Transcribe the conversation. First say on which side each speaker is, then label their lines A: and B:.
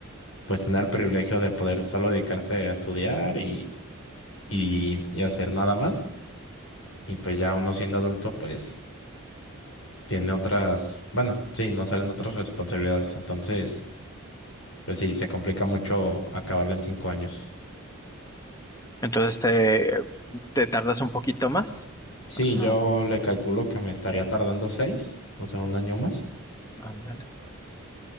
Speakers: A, on the left; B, on the left.
A: pues tener el privilegio de poder solo dedicarte a estudiar y, y, y hacer nada más. Y pues ya uno siendo adulto, pues tiene otras, bueno, sí, no salen otras responsabilidades, entonces, pues sí, se complica mucho acabarla en cinco años.
B: Entonces te, te tardas un poquito más.
A: Sí,
B: Ah,
A: yo le calculo que me estaría tardando seis, o sea, un año más.
B: ándale.